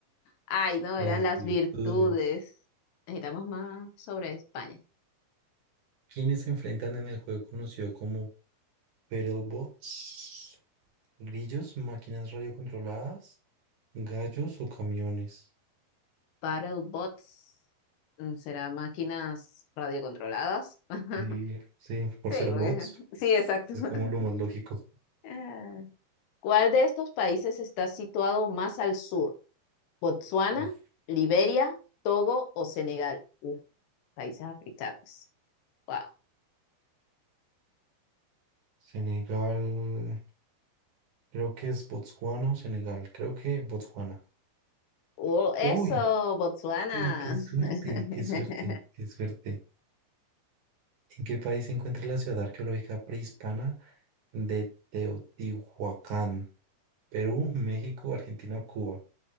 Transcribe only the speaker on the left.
Ay, no,
eran las
virtudes. Necesitamos más sobre España.
Battle bots. mm, ¿Será máquinas radiocontroladas? <laughs>
Sí,
porque...
sí, exacto.
<laughs>
Ah. ¿Cuál de estos países está situado más al sur? ¿Botsuana,
Liberia, Togo o Senegal? Uf, países africanos. Wow.
Oh, eso,
Botsuana.
<laughs>